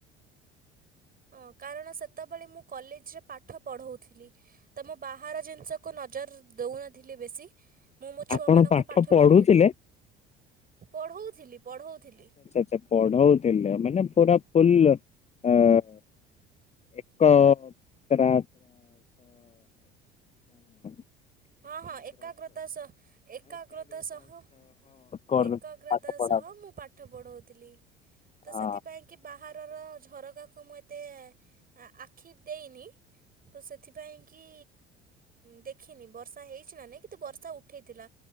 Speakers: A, on the right; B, on the left.
A: ହଁ କାରଣ ସେତେବେଳେ ମୁଁ କଲେଜରେ ପାଠ ପଢ଼ଉଥିଲି। ତ ମୁଁ ବାହାର ଜିନିଷକୁ ନଜର ଦଉନଥିଲି ବେଶୀ। ମୁଁ ମୋ ଛୁଆମାନଙ୍କୁ
B: ଆପଣ
A: ପାଠ
B: ପଢୁଥିଲେ?
A: ପଢ଼ିଆରେ ପଢ଼ଉଥିଲି ପଢ଼ଉଥିଲି।
B: ସେ ପଢଉଥିଲେ ମାନେ ପୁରା ଫୁଲ ଅ ଏକ ତ୍ର <unintelligible>
A: ହଁ ହଁ ଏକାଗ୍ରତା ସହ ଏକାଗ୍ରତା ସହ
B: କରୁ
A: ଏକାଗ୍ରତା
B: ପାଠ ପଢା
A: ସହ ମୁ ପାଠ ପଢଉଥିଲି ତ
B: ହଁ।
A: ସେଥିପାଇଁ କି ବାହାରର ଝରକାକୁ ମୁଁ ଏତେ ଆଖି ଦେଇନି। ତ ସେଥିପାଇଁ କି ଦେଖିନି ବର୍ଷା ହେଇଛି ନା ନାଇଁ କିନ୍ତୁ ବର୍ଷା ଉଠେଇଥିଲା।